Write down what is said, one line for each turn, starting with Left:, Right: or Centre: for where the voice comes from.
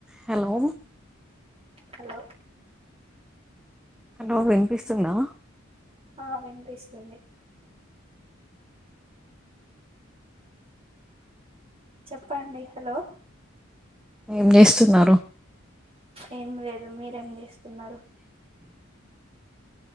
Centre: Hello
Right: hello
Centre: hello వినిపిస్తుందా
Right: ఆ వినిపిస్తుంది చెప్పండి హలో
Centre: ఏం చేస్తున్నారు
Right: ఏం లేదు మీరేం చేస్ ఉన్నారు